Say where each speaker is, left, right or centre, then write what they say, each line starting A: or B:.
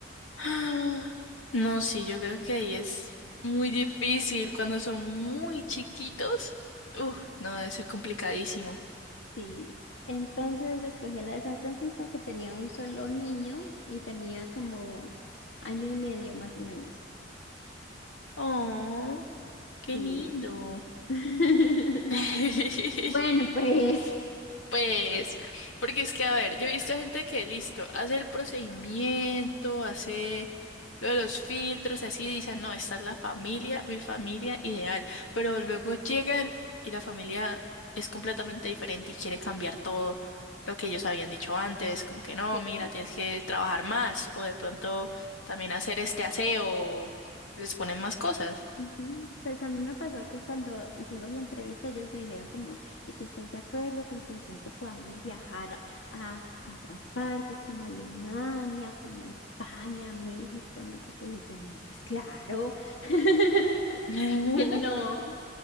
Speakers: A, on the left (about 85°); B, on the left (about 70°).
A: Ah, No, sí, yo creo que ahí es muy difícil cuando son muy chiquitos. Uf, no, debe ser complicadísimo.
B: Sí, entonces escogí la de San Francisco que tenía un solo niño y tenía como año y medio más o menos.
A: Oh, qué
B: Sí.
A: lindo.
B: <laughs>
A: <laughs>
B: Bueno, pues.
A: Pues, porque es que, a ver, yo he visto gente que, listo, hace el procedimiento, hace lo de los filtros, y así, dicen, no, esta es la familia, mi familia ideal, pero luego llegan y la familia es completamente diferente y quiere cambiar todo lo que ellos habían dicho antes, como que no,
B: Sí.
A: mira, tienes que trabajar más, o de pronto también hacer este aseo, o les ponen más cosas.
B: ujú. Pues a mí me pasó que cuando hicimos la entrevista ellos me dijeron como, ¿y tú estás de acuerdo con que de pronto podamos viajar a, a- a otras partes como Alemania, como España, México, no sé qué? Y yo no, pues claro, <laughs>
A: <laughs>
B: que no.